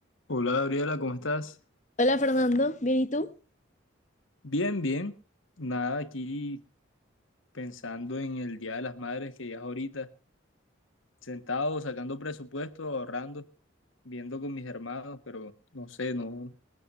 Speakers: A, on the left (about 80°); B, on the left (about 35°).
A: Hola Gabriela, ¿cómo estás?
B: Hola Fernando, ¿bien y tú?
A: Bien, bien. Nada, aquí pensando en el Día de las Madres que ya es ahorita, sentado, sacando presupuesto, ahorrando, viendo con mis hermanos, pero no sé, no,